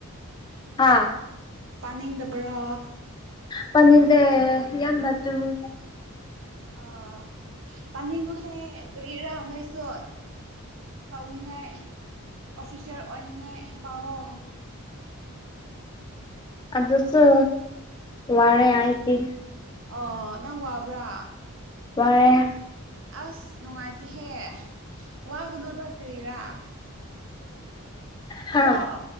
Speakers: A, on the left (about 20°); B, on the right (about 60°).
A: ꯍꯥꯥ
B: ꯄꯥꯅꯤꯡꯗꯕ꯭ꯔꯣ
A: ꯄꯅꯤꯗ ꯍꯗ ꯇꯃꯤ
B: ꯑ ꯄꯅꯤꯉꯨꯍꯦ ꯀ꯭ꯔꯤꯔꯥ ꯑꯏꯁꯨꯣ ꯇꯧꯅꯤꯡꯉꯥꯏ ꯑꯣꯐꯤꯁꯔ ꯑꯣꯏꯅꯤꯡꯉꯥꯏ ꯄꯥꯎ
A: ꯑꯗꯨꯗꯁꯨ ꯋꯥꯔꯦ ꯑꯩꯗꯤ
B: ꯑꯣ ꯅꯪ ꯋꯥꯕ꯭ꯔꯥ
A: ꯋꯥꯔꯦ
B: ꯑꯁ ꯅꯨꯡꯉꯥꯏꯇꯦꯍꯦ ꯋꯥꯒꯅꯣꯗ ꯀꯔꯤꯔꯥ
A: ꯍꯥ
B: ꯑꯗꯣ